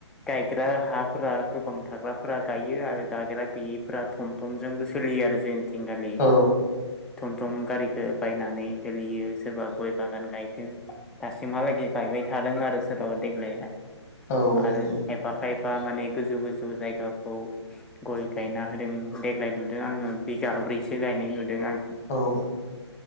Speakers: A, in the centre; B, on the left.
A: गायग्रा हाफोरा गोबां थाग्राफोरा गायो आरो गाग्रा गैयैफोरा थम थमजोंबो सोलियो आरो जों थिंगालि
B: औ
A: थम थम गारिखौ बायनानै सोलियो सोरबा गय बागान गायदों दासिमहालागै गायबाय थादों आरो सोरबाबा देग्लाय
B: औ
A: आरो
B: नंगौ
A: एबा खाय फा माने गोजौ गोजौ जायगाखौ गय गायना होदों देग्लाय नुदों आङो बिगाब्रैसो गायनाय नुदों आं
B: औ